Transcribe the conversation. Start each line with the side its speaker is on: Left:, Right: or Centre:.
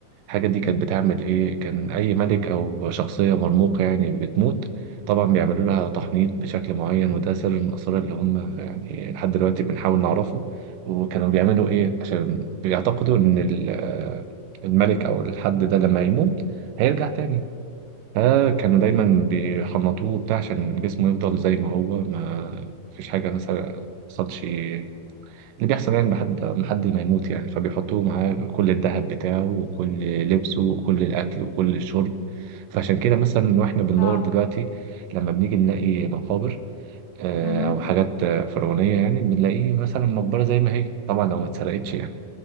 Right: الحاجة دي كانت
Left: مهم.
Right: بتعمل ايه كان اي ملك او شخصية مرموقة يعني بتموت طبعا بيعملوا لها تحنيط بشكل معين وده سر من الاسرار اللي هم يعني لحد دلوقتي بنحاول نعرفه وكانوا بيعملوا ايه عشان بيعتقدوا ان ال- آه، الملك او الحد ده لما يموت هيرجع تاني فكانوا دايما
Left: مهم.
Right: بيحنطوه بتاع عشان جسمه يفضل زي ما هو ما فيش حاجة مثلا حصلش اللي بيحصل يعني بحد ما حد ما يموت يعني فبيحطوه معاه كل الذهب بتاعه وكل لبسه وكل الأكل وكل الشرب فعشان كده مثلا واحنا بندور
Left: اه
Right: دلوقتي لما بنيجي نلاقي مقابر آه،
Left: مهم.
Right: أو حاجات آه، فرعونية يعني بنلاقي مثلا مقبرة زي ما هي طبعا لو ما اتسرقتش يعني